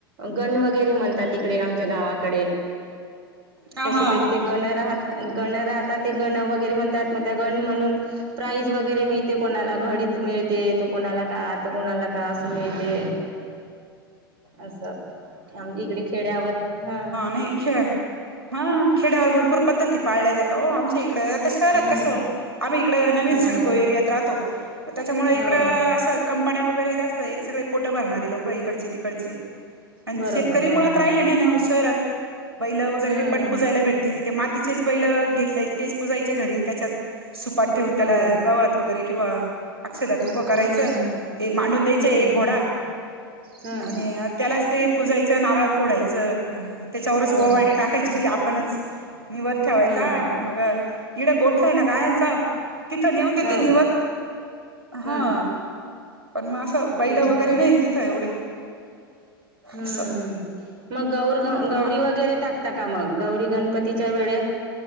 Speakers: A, on the right (about 45°); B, on the right (about 80°).
A: गण वगैरे म्हणतात तिकडे आमच्या गावाकडे.
B: हा
A: कसे
B: हा
A: तरी ते गण राहत गण राहतात ते गण वगैरे म्हणतात मग त्या गण म्हणून प्राईज वगैरे मिळते, कोणाला घडीच मिळते तर कोणाला का तर कोणाला का असं मिळते.
B: <inaudible>
A: असं अं इकडे खेड्यावर हा.
B: नाही ख्य हा खेड्यावर भरपूर पद्धती पाळल्या जाता ओ आमच्या इकड आता शहरात
A: हम्म
B: कसं आम्ही इकडं नवीन
A: नाही
B: सिडको
A: होत
B: एरियात राहतो त्याच्यामुळे
A: हो
B: इकडं असं कंपन्या वगैरे जास्तयत, सगळे पोटं भरणारे लोक इकडचे तिकडचे आणि
A: बरोबर
B: शेतकरी
A: बराबर
B: मुळात राहिले नाही ना ओ शहरात, बैल वगैरे
A: हम्म
B: पण पुजायला भेट तिने ते मातीचेच बैल घेतले तेच पुजायचे घरी त्याच्यात सुपात ठेवून त्याला
A: हो
B: गाव्हात वगैरे किंवा अक्षधात उभं
A: हम्म
B: करायचं ते मांडून द्यायचे
A: हम्म
B: एक घोडा
A: हम्म
B: आणि त्यालाच ते पुजायचं, नारळ फोडायचं, त्याच्यावरच
A: हम्म हो
B: ववाळणी टाकायची आपणच निवद ठेवायचा
A: हम्म
B: मग इडं गोठा आहे ना गायांचा तिथं नेऊन देते
A: हो
B: निवद हां.
A: हम्म
B: पण मग असं बैलं
A: तेच
B: वगैरे
A: तर
B: नाही न तिथ एवढे.
A: हम्म
B: असं
A: हम्म मग गौर
B: म म
A: गौरी वगैरे टाकता का मग गौरी गणपतीच्या वेळे?